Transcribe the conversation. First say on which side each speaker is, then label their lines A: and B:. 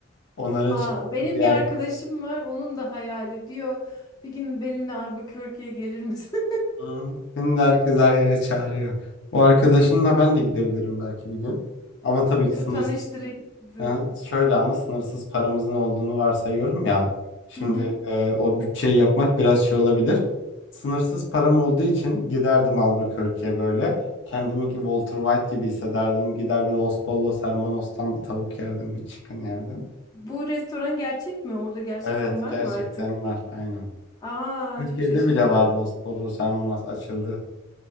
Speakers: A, on the left; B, on the left.
A: Onların
B: Aa,
A: çekildiği
B: benim
A: yer.
B: bir arkadaşım var. Onun da hayali diyor. Bir gün benimle Albuquerque'ye gelir misin?
A: Hı, Şimdi herkes her yere çağırıyor. O arkadaşınla ben de gidebilirim belki bir gün. Ama
B: <laughs>
A: tabii
B: Olur
A: ki sınırsız
B: tanıştırayım sizi.
A: Ha, şöyle ama sınırsız paramızın olduğunu varsayıyorum ya. Şimdi
B: Hı hı.
A: e, o bütçeyi yapmak biraz şey olabilir. Sınırsız param olduğu için giderdim Albuquerque'ye böyle. Kendimi ki Walter White gibi hissederdim. Gider bir Los Pollos Hermanos'tan bir tavuk yerdim, bir chicken yerdim.
B: Bu restoran gerçek mi? Orada gerçekten
A: Evet,
B: var
A: gerçekten
B: mı artık?
A: var, aynen.
B: Aa
A: Türkiye'de
B: çok şaşırdım.
A: bile var Los Pollos Hermanos açıldı.